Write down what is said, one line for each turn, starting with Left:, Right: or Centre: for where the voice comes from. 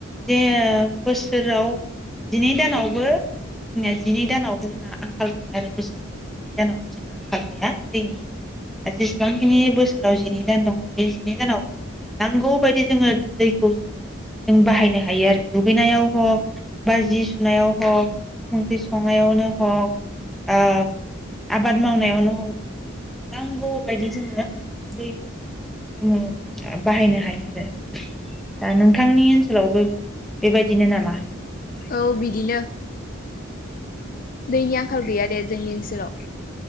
Centre: जे बोसोराव जिनै दानावबो जोंनिया जिनै दानावबो जोंना आंखाल गैया आरो बोसोराव जिनै दानावबो जोंना आंखाल गैया दैनि बेसेबांखिनि बोसोराव जिनै दान दङ बे जिनै दानावबो जोंनिया नांगौ बायदि जोङो दैखौ जोङो जों बाहायनो हायो आरो दुगैनायाव हग बा जि सुनायाव हग ओंखाम ओंख्रि संनायावनो हग आबाद मावनायावनो हग जोंनि नांगौ बेबायदि जोङो दैखौ बाहायनो हायो आरो दा नोंथांनि ओनसोलावबो बेबायदिनो नामा
Left: औ बिदिनो दैनि आंखाल गैया दे जोंनि ओनसोलाव